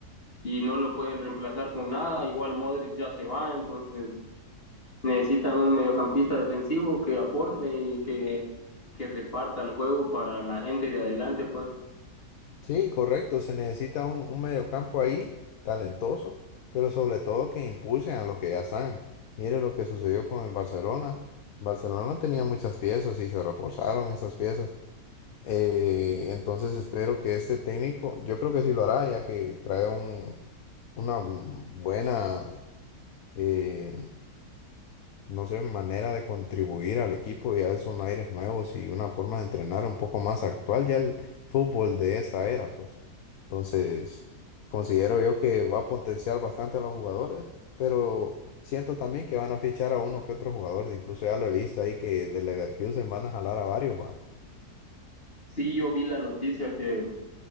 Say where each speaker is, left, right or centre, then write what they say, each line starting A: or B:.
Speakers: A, on the left (about 35°); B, on the left (about 65°).
A: y no lo pueden reemplazar con nada. Igual Modric ya se va, entonces necesitan un mediocampista defensivo que aporte y que, que reparta el juego para la gente de adelante, pues.
B: Sí, correcto, se necesita un, un mediocampo ahí talentoso, pero sobre todo que impulsen a los que ya están. Mire lo que sucedió con el Barcelona. Barcelona tenía muchas piezas y se reforzaron esas piezas, Eh, entonces espero que este técnico, yo creo que sí lo hará, ya que trae un, una buena, eh, no sé, manera de contribuir al equipo, ya es un aires nuevos y una forma de entrenar un poco más actual, ya el fútbol de esta era, pues. Entonces, considero yo que va a potenciar bastante a los jugadores, pero siento también que van a fichar a uno que otro jugador, de incluso ya lo he visto ahí que de Leverkusen van a jalar a varios, va.
A: Sí, yo vi la noticia que